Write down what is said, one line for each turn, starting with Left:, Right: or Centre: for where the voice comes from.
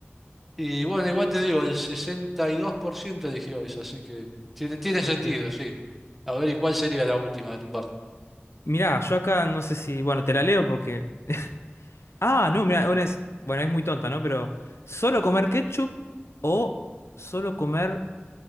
Centre: y bueno, igual te digo, el 62% eligió esa, así que tiene, tiene
Left: Mira
Centre: sentido,
Left: que...
Centre: sí. A ver, ¿y cuál sería la última de tu parte?
Left: Mirá, yo acá no sé si. Bueno, te la leo porque. <laughs> Ah, no, mirá, una es. Bueno, es muy tonta, ¿no? Pero. ¿Solo comer ketchup o solo comer